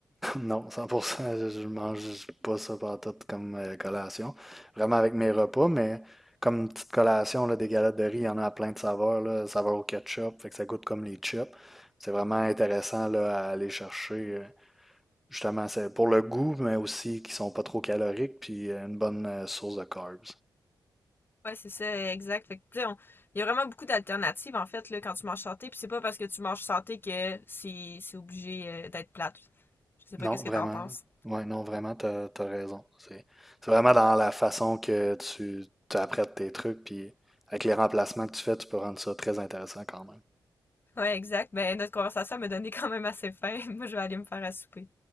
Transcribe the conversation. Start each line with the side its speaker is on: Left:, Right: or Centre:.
Centre: Non, 100%, je, je mange pas ça pantoute comme euh, collation. Vraiment avec mes repas, mais comme une petite collation, là, des galettes de riz, il y en a à plein de saveurs, là, saveur au ketchup, fait que ça goûte comme les chips. C'est vraiment intéressant là, à aller chercher. euh, Justement, c'est pour le goût, mais aussi qui sont pas trop caloriques, puis euh, une bonne euh, source de carbs.
Left: Ouais, c'est ça, exact. Fait que, tu sais, on- il y a vraiment beaucoup d'alternatives, en fait, là, quand tu manges santé. Puis c'est pas parce que tu manges santé que c'est c'est obligé euh, d'être plate. Je sais pas
Centre: Non,
Left: qu'est-ce que
Centre: vraiment.
Left: t'en penses.
Centre: Ouais, non, vraiment, t'as, t'as raison. C'est, c'est vraiment dans la façon que tu, tu apprêtes tes trucs, puis avec les remplacements que tu fais, tu peux rendre ça très intéressant quand même.
Left: Ouais, exact. Ben, notre conversation m'a donné quand même assez faim. <laughs> Moi, je vais aller me faire à souper.